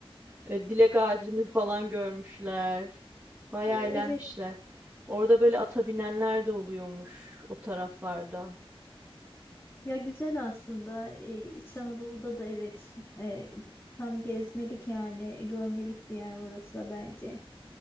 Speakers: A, on the right; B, on the left.
A: E, dilek ağacını falan görmüşler. Bayağı
B: Ee, evet
A: eğlenmişler. Orada böyle ata binenler de oluyormuş o taraflarda.
B: ya güzel aslında. Ee, İç Anadolu'da da evet e, tam gezmelik yani görmelik bir yer orası da bence.